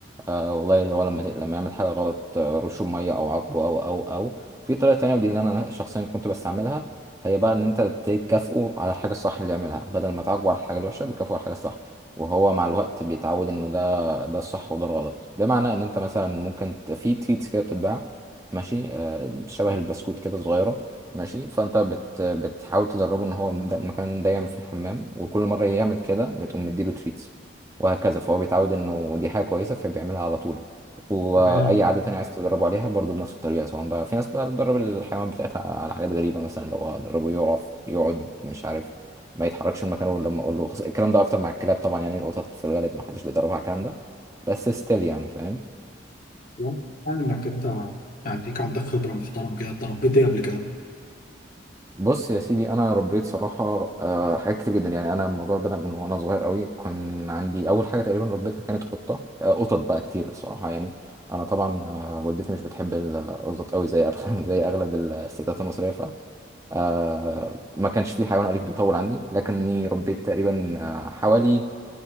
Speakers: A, on the right; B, on the left.
A: آه والله اللي هو لما ت- لما يعمل حاجه غلط آه، رشه بميه او عاقبه او او او في طريقه تانية ودي اللي انا شخصيا كنت بستعملها هي بقى ان انت تكافئه على الحاجه الصح اللي يعملها بدل ما تعاقبه على الحاجه الوحشه بتكافئه على الحاجه الصح وهو مع الوقت بيتعود انه ده ده الصح وده الغلط بمعنى ان انت مثلا ممكن ت- في تريتس كده بتتباع ماشي آه، شبه البسكوت كده صغيره ماشي فانت بت بتحاول تدربه ان هو ده- المكان ده يعمل في الحمام وكل مره يعمل كده بتقوم مديله تريتس وهكذا فهو بيتعود انه دي حاجه كويسه فبيعملها على طول واي
B: تمام
A: عاده تانية عايز تدربه عليها برضه بنفس الطريقه سواء بقى في ناس بقى بتدرب الحيوانات بتاعتها على حاجات غريبه مثلا لو ادربه يقف يقعد مش عارف ما يتحركش من مكانه غير لما اقول له الكلام ده اكتر مع الكلاب طبعا يعني القطط في الغالب ما حدش بيدربها على الكلام ده بس ستيل يعني فاهم
B: واضح انك انت يعني ليك عندك خبره محترمه كده اتدربت ايه قبل كده
A: بص يا سيدي انا ربيت صراحه آه، حاجات كتير جدا يعني انا الموضوع بدا من وانا صغير قوي كان عندي اول حاجه تقريبا ربيتها كانت قطه آه، قطط بقى كتير الصراحه يعني انا طبعا آه، والدتي مش بتحب القطط قوي زي أغلب- <laughs> زي اغلب الستات المصريه ف آه، ما كانش في حيوان اليف بيطول عندي لكني ربيت تقريبا آه، حوالي